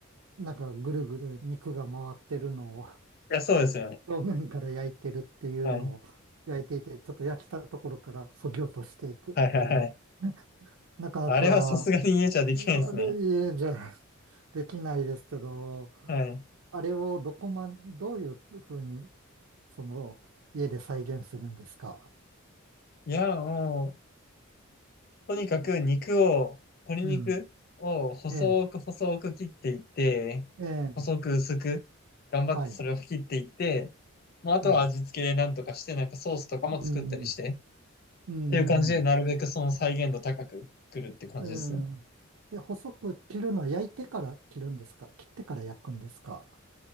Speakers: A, on the right (about 80°); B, on the left (about 45°).
A: なんかぐるぐる肉が回ってるのを <laughs>
B: や、そうですよね。
A: 表面から焼いてるっていうのを焼いていて、
B: はい。
A: ちょっと焼きたところから削ぎ落としていくっていう、
B: はいはいはい。
A: なかなか、
B: あれはさすがに家じゃできないですね。
A: あれ、家じゃできないですけど、
B: はい。
A: あれをどこま、どういうふうに、その、家で再現するんですか
B: いや、もう、とにかく肉を、
A: う
B: 鶏肉を細く細く切っていって、
A: ん。ええ、ええ、
B: 細く薄く、頑張ってそれを切っていって、
A: はい、
B: まあ、あとは味付けでなんとかして、
A: はい。
B: なんかソースとかも作ったりして、
A: うん、うん、
B: っていう感じで、なるべくその再現度高く作るっていう感じですね。
A: ええ。で、細く切るのは焼いてから切るんですか切ってから焼くんですか